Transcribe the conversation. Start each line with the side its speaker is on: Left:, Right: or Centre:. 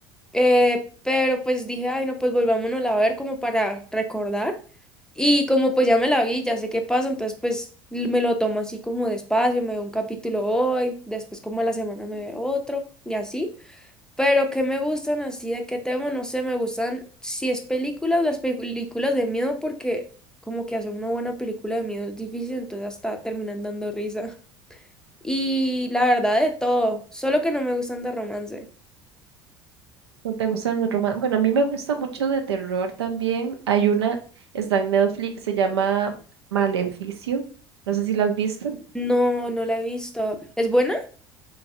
Centre: eh, pero pues dije, ay, no, pues volvámonos a ver como para recordar. Y como pues ya me la vi, ya sé qué pasa, entonces pues l- me lo tomo así como despacio, me veo un capítulo hoy, después como a la semana me veo otro y así. Pero que me gustan así, de qué tema, no sé, me gustan, si es películas, las películas de miedo, porque como que hacer una buena película de miedo es difícil, entonces hasta terminan dando risa. <laughs> Y la verdad de todo, solo que no me gustan de romance.
Right: ¿No te gustan los romances? Bueno, a mí me gusta mucho de terror también. Hay una, está en Netflix, se llama Maleficio. No sé si la has visto.
Centre: No, no la he visto. ¿Es buena?